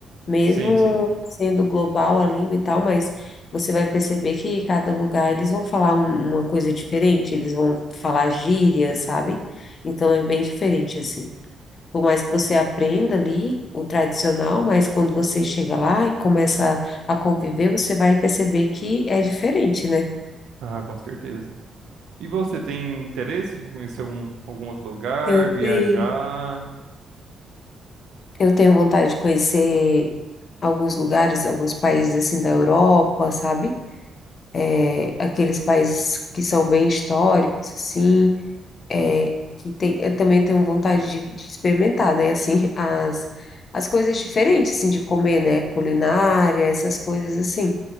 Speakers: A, on the left; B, on the right.
A: Mesmo
B: Sim, sim.
A: sendo global a língua e tal, mas você vai perceber que cada lugar eles vão falar um- uma coisa diferente, eles vão falar gíria, sabe? Então é bem diferente, assim. Por mais que você aprenda ali o tradicional, mas quando você chega lá e começa a conviver, você vai perceber que é diferente, né?
B: Ah, com certeza. E você tem interesse em conhecer algum, algum outro lugar,
A: Eu
B: viajar?
A: tenho, eu tenho vontade de conhecer alguns lugares, alguns países assim da Europa, sabe? É, Aqueles países que são bem históricos, assim, é, que tem, eu também tenho vontade de, de experimentar, né? Assim, <laughs> as, as coisas diferentes, assim, de comer, né? Culinária, essas coisas assim.